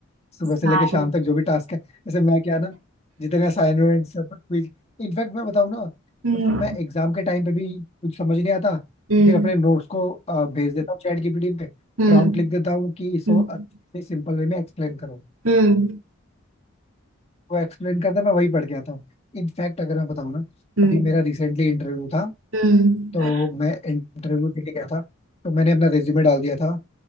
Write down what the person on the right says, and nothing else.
सारे
हम्म
हम्म
हम्म
हम्म
हम्म
हम्म
हम्म